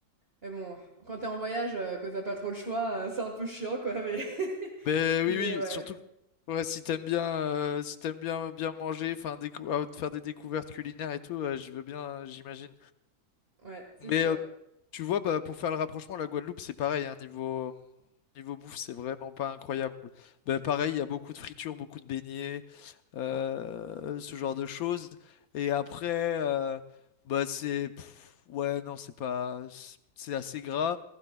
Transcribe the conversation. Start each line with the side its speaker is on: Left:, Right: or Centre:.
Right: Mais bon, quand t'es en voyage, heu, que tu pas trop le choix, heu, c'est un peu chiant quoi, mais <laughs>
Left: Ben
Right: mais
Left: oui, oui,
Right: ouais,
Left: surtout que ouais, si t'aimes bien, euh, si t'aimes bien bien manger, enfin décou- euh, faire des découvertes culinaires et tout, ouais, je veux bien, euh, j'imagine.
Right: ouais, c'est
Left: Mais
Right: sûr,
Left: euh, tu vois, bah, pour faire le rapprochement, la Guadeloupe, c'est pareil, hein, niveau niveau bouffe, c'est vraiment pas incroyable. Ben, pareil, il y a beaucoup de fritures, beaucoup de beignets, euh, ce genre de choses. Et après, euh, bah c'est pff, ouais, non, c'est pas, c'est assez gras.